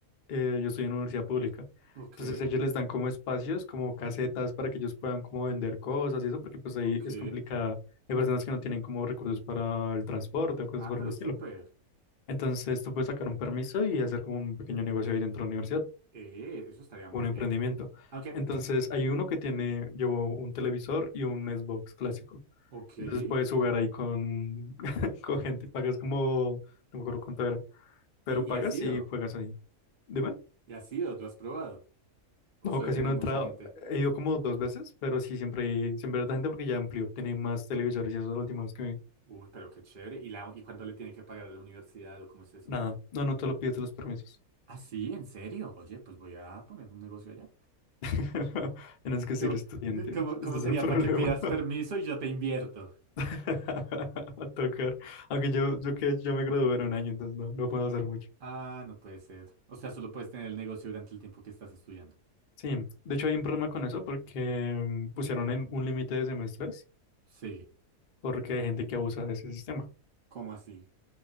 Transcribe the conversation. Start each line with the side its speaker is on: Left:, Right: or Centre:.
Left: eh, yo estoy en una universidad pública.
Right: ok,
Left: Entonces ellos les dan como espacios, como casetas para que ellos puedan como vender cosas y eso, porque pues ahí
Right: ok.
Left: es complicado. Hay personas que no tienen como recursos para el transporte o cosas
Right: Ah,
Left: por
Right: pero
Left: el estilo.
Right: súper.
Left: Entonces tú puedes sacar un permiso y hacer como un pequeño negocio ahí dentro de la universidad,
Right: Eh, eso estaría
Left: un
Right: muy
Left: emprendimiento.
Right: bien. Aunque
Left: Entonces hay uno que tiene, llevó un televisor y un Xbox clásico.
Right: Ok. ¿Y,
Left: Entonces puedes jugar ahí con, <laughs> con gente, pagas como, no me acuerdo cuánto era, pero
Right: y
Left: pagas
Right: has ido?
Left: y juegas ahí. Dime.
Right: ¿Y has ido? ¿Lo has probado? ¿O
Left: No,
Right: suele
Left: casi
Right: tener
Left: no he
Right: mucha
Left: entrado.
Right: gente?
Left: He ido como dos veces, pero sí, siempre, siempre hay harta gente porque ya amplió, tiene más televisores y eso es lo último que vi.
Right: Uy, pero qué chévere. ¿Y, la, y cuánto le tienen que pagar a la universidad o cómo es eso?
Left: Nada, no, no te lo pides los permisos.
Right: Ah, sí, ¿en serio? Oye, pues voy a poner un negocio allá.
Left: <laughs> Tienes que ser
Right: ¿Cómo,
Left: estudiante,
Right: cómo- cómo
Left: ese es
Right: sería
Left: el problema.
Right: para que pidas permiso y yo te invierto?
Left: <laughs> A tocar. Aunque yo, yo que yo me gradué en un año, entonces no, no puedo hacer mucho.
Right: Ah, no puede ser. O sea, solo puedes tener el negocio durante el tiempo que estás estudiando.
Left: Sí, de hecho hay un problema con eso porque mm, pusieron en un límite de semestres
Right: Sí.
Left: porque hay gente que abusa de ese sistema,
Right: ¿Cómo así?